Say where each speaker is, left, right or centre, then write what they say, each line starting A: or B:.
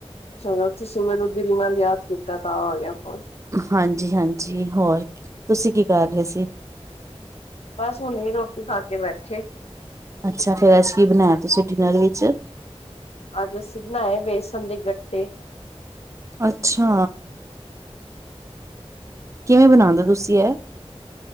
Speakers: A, on the left; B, on the right.
A: ਚਲੋ ਤੁਸੀਂ ਮੈਨੂੰ ਦਿਲ ਨਾਲ ਯਾਦ ਕੀਤਾ ਤਾਂ ਆ ਗਿਆ ਫ਼ੋਨ।
B: ਹਾਂਜੀ-ਹਾਂਜੀ ਹੋਰ ਤੁਸੀਂ ਕੀ ਕਰ ਰੇ ਸੀ?
A: ਬਸ ਹੁਣੇ ਈ ਰੋਟੀ ਖਾ ਕੇ ਬੈਠੇ।
B: ਅੱਛਾ ਫੇਰ ਅੱਜ ਕੀ ਬਣਾਇਆ ਤੁਸੀਂ ਡਿਨਰ ਵਿੱਚ?
A: ਅੱਜ ਅਸੀਂ ਬਣਾਏ ਬੇਸਨ ਦੇ ਗੱਟੇ।
B: ਅੱਛਾ, ਕਿਵੇਂ ਬਣਾਂਦੇ ਤੁਸੀਂ ਐ?